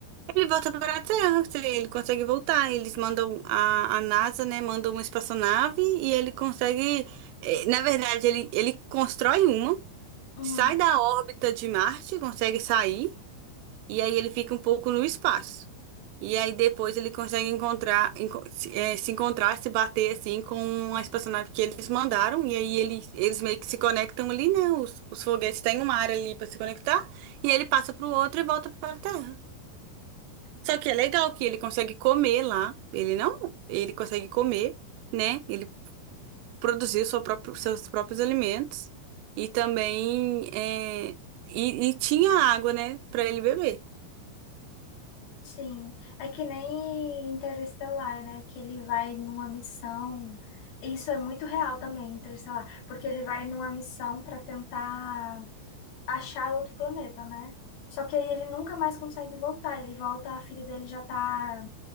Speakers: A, on the right (about 85°); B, on the left (about 70°).
A: Ele volta para a Terra, se ele consegue voltar. Eles mandam a, a NASA, né? Manda uma espaçonave e ele consegue. eh, Na verdade, ele, ele constrói uma.
B: Uhum,
A: sai da órbita de Marte, consegue sair, e aí ele fica um pouco no espaço. E aí depois ele consegue encontrar, enco- se eh, se encontrar, se bater assim com a espaçonave que eles mandaram, e aí ele, eles meio que se conectam ali, né? Os, os foguetes têm uma área ali para se conectar, e aí ele passa para o outro e volta para a Terra. Só que é legal que ele consegue comer lá, ele não, ele consegue comer, né? Ele produzir seu próprio- seus próprios alimentos e também é, e, e tinha água, né, para ele beber.
B: sim. É que nem Interestelar, né, que ele vai numa missão. Isso é muito real também, Interestelar, porque ele vai numa missão para tentar achar outro planeta, né? Só que aí ele nunca mais consegue voltar. Ele volta, a filha dele já tá,